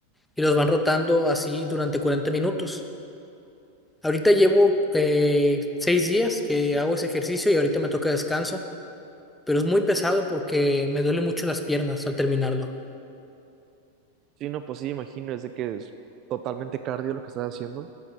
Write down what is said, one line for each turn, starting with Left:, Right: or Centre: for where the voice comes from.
Centre: Y los van rotando así durante 40 minutos. Ahorita llevo eh, seis días que hago ese ejercicio y ahorita me toca descanso, pero es muy pesado porque me duele mucho las piernas al terminarlo.
Right: Sí, no, pues sí, imagino, es de que es totalmente cardio lo que estás haciendo.